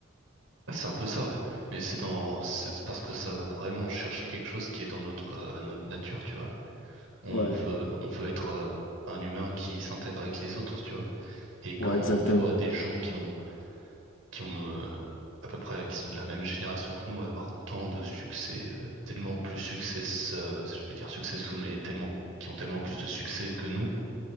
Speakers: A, on the right; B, on the left.
A: Ah, c'est un peu ça, ouais. Mais c'est dans, c'est c'est parce que ça va vraiment chercher quelque chose qui est dans notre, euh, notre nature, tu vois. On
B: Ouais,
A: veut, on veut être euh, un humain qui s'intègre avec les autres, tu vois. Et quand
B: ouais,
A: on
B: exactement.
A: voit des gens qui ont, qui ont euh, à peu près, qui sont de la même génération que nous, avoir tant de succès, euh, tellement plus succès, euh, je vais dire successful, mais tellement, qui ont tellement plus de succès que nous,